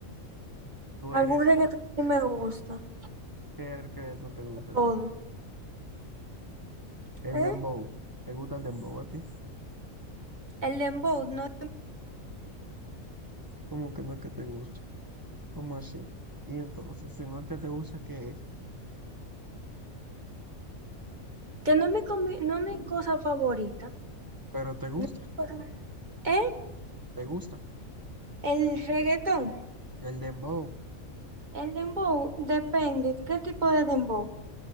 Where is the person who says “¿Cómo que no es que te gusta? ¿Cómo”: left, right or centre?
Right